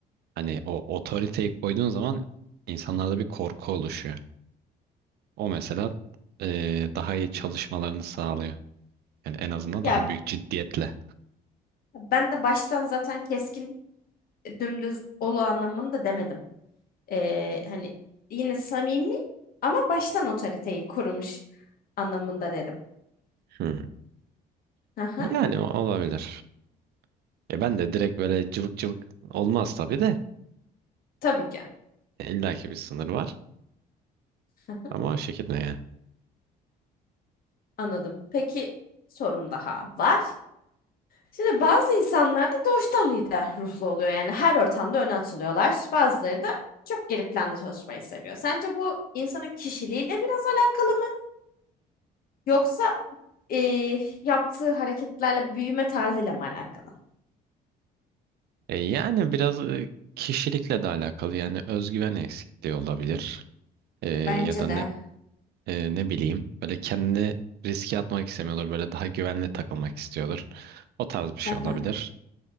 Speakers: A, on the right; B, on the left.
A: hani o otoriteyi koyduğun zaman insanlarda bir korku oluşuyor. O mesela e, daha iyi çalışmalarını sağlıyor. Yani en azından
B: Ya
A: daha büyük ciddiyetle.
B: ben de baştan zaten keskin dümdüz olu anlamında demedim. Ee, hani yine samimi ama baştan otoriteyi kurmuş anlamında dedim.
A: Hı.
B: Aha,
A: Yani o- olabilir. Ya ben de direkt böyle cıvık cıvık olmaz tabii de.
B: tabii ki.
A: E, İlla ki bir sınır var.
B: Aha,
A: Ama o şekilde yani.
B: Anladım. Peki sorum daha var. Şimdi bazı insanlar da doğuştan lider ruhlu oluyor. Yani her ortamda öne atılıyorlar. Bazıları da çok geri planda çalışmayı seviyor. Sence bu insanın kişiliğiyle biraz alakalı mı? Yoksa eee, yaptığı hareketlerle büyüme tarzıyla mı alakalı?
A: E, yani biraz e, kişilikle de alakalı yani özgüven eksikliği olabilir. E, ya
B: Bence
A: da ne
B: de.
A: e, ne bileyim böyle kendini riske atmak istemiyordur. Böyle daha güvenli takılmak istiyordur. O tarz bir şey
B: Aha,
A: olabilir.